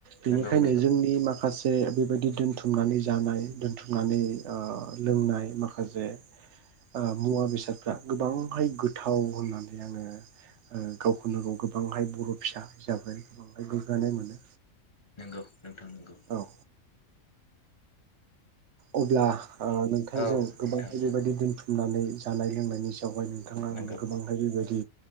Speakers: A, on the right; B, on the left.
A: बेनिखायनो
B: नंगौ नंगौ
A: जोंनि माखासे से बेबायदि दोनथुमनानै जानाय दोनथुमनानै ओ लोंनाय माखासे ओ मुवा बेसादफ्रा गोबांहाय गोथाव होननानै आङो ओ गावखौनो गाव गोबांहाय बर' फिसा हिसाबै बांद्राय गोग्गानो मोनो।
B: नोंगौ नोंथां नोंगौ।
A: औ अब्ला ओ नोंथांजों
B: औ
A: गोबांहाय
B: नोंथां
A: बेबायदि दोनथुम नानै जानाय लोंनायनि सायावहाय नोंथाङा
B: नंगौ
A: आंनो गोबांहाय बेबायदि